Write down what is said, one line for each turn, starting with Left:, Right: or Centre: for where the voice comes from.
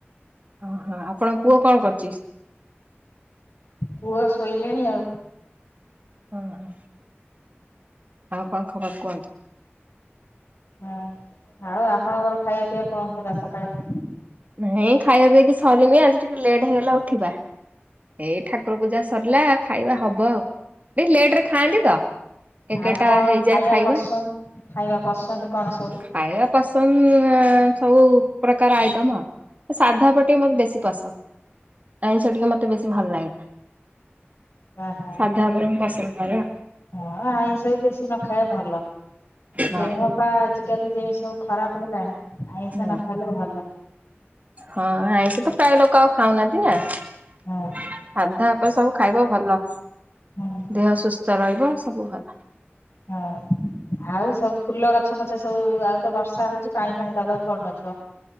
Right: ଓହୋ ଆପଣ ପୁଅ କଣ କରୁଛି?
Left: ପୁଅ ଶୋଇଲେଣି ଆଉ।
Right: ହଁ ହୋ। ଆଉ କଣ ଖବର? କୁହନ୍ତୁ
Left: ହଁ ଆଉ ଆପଣଙ୍କର ଖାଇବା ପିଇବା କଣ ହେଲା ସକାଳେ?
Right: ହେଇଁ ଖାଇବା ପିଇକ ସରିନି ଆଜି ଟିକେ ଲେଟ୍ ହେଇଗଲା ଉଠିବା ଏଇ ଠାକୁର ପୂଜା ସରିଲା ଖାଇବା ହବ ଆଉ। ଏ ଲେଟରେ ଖାଆନ୍ତି ତ ଏଗାରଟା
Left: ଆଉ କଣ
Right: ହେଇଯାଏ ଖାଇବା
Left: ପସନ୍ଦ ଖାଇବା ପସନ୍ଦ କଣ ସବୁ?
Right: ଖାଇବା ପସନ୍ଦ। ସବୁ ପ୍ରକାର ଆଇଟମ ହ ସାଧା ପଟିେ ମତେ ବେଶୀ ପସନ୍ଦ ଆଇସ ସେ ଟିକେ ମତେ ବେଶୀ। ଭଲ ଲାଗେନା
Left: ଓହୋ
Right: ସାଧା ବରଂ ପସନ୍ଦ ଆ।
Left: ହଁ ଆଇଁଷ ବି ବେଶୀ ନ ଖାଇବା ଭଲ।
Right: ହଁ
Left: ଦେହ ପା ଆଜିକାଲି ଯେମିତି ସବୁ ଖରାପ ହେଲାନି ଆଇଁଷ ନ
Right: ହଁ
Left: ଖାଇଲେ ଭଲ।
Right: ହଁ ଆଇଁଷ ତ ପ୍ରାୟ ଲୋକ ଖାଉନାହାନ୍ତି ନା ସାଧା
Left: ହଁ
Right: ଆପେ ସବୁ ଖାଇବ। ଭଲ
Left: ହଁ ହଁ
Right: ଦେହ ସୁସ୍ଥ ରହିବ। ସବୁ ଭଲ।
Left: ହଁ ଆଉ ସବୁ ଫୁଲ ଗଛ ଫଛ ସବୁ ଆଉ ତ ବର୍ଷା ହୋଉଚୀ ପାଣି ଫାଣି ଦବାକୁ ପଡୁନଥିବ।